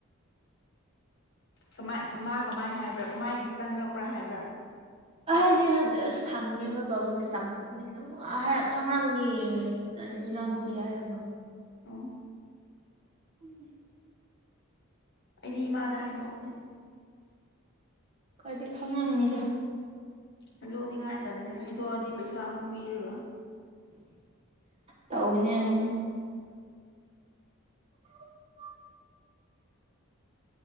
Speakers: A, on the left; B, on the right.
A: ꯀꯃꯥꯏ ꯃꯥ ꯀꯃꯥꯏ ꯍꯥꯏꯕ꯭ꯔꯥ ꯀꯃꯥꯏ ꯆꯪꯉꯛꯄ꯭ꯔꯥ ꯍꯥꯏꯕ꯭ꯔꯥ
B: ꯑ ꯍꯥꯏꯗꯤ ꯑꯁ ꯊꯪꯅꯤ ꯑꯩꯈꯣꯏ ꯄꯥꯕꯨꯡꯅꯦ ꯆꯝꯐꯨꯠꯅꯤ <unintelligible> ꯍꯥꯏꯔ ꯈꯪꯔꯝꯅꯤꯌꯦ ꯅ ꯏꯅꯥꯎ ꯅꯨꯄꯤ ꯍꯥꯏꯔꯝꯃꯤ
A: ꯑꯣ
B: ꯎꯝ
A: ꯑꯩꯗꯤ ꯏꯃꯥꯗ ꯍꯥꯏꯗꯣꯛꯇꯦ
B: ꯈꯖꯤꯛ ꯈꯪꯂꯝꯅꯤꯗ
A: ꯍꯥꯏꯗꯣꯛꯅꯤꯡ ꯉꯥꯏꯇꯅꯦ ꯍꯩꯗꯣꯛ ꯑꯗꯤ ꯄꯩꯁꯥ ꯑꯃꯨꯛ ꯄꯤꯔꯔꯣꯏ
B: ꯇꯧꯕꯅꯦ ꯎꯟ <inaudible>